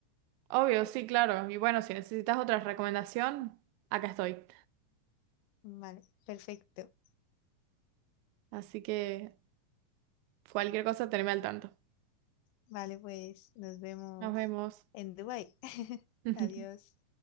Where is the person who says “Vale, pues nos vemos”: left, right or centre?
Left